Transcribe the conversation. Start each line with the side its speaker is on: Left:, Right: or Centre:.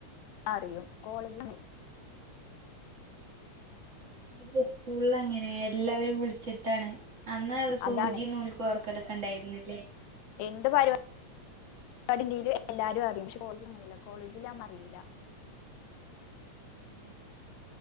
Left: അറിയും കോളേജ് ന്ന് <inaudible>
Right: <unintelligible> സ്കൂൾലങ്ങനേ എല്ലാവരും വിൾച്ച്ട്ടാണ്. അന്ന അത് സൂചി
Left: അതാണ്
Right: നൂലി ഓർക്കലൊക്കെ ഉണ്ടായിരുന്നില്ലേ
Left: എന്ത് പര്പാടിണ്ടേലും എല്ലാരും അറ്യും. പക്ഷെ കോളേജിൽ അങ്ങനെയല്ല. കോളേജിലതൊന്നും അറീല്ല.
Right: ഉം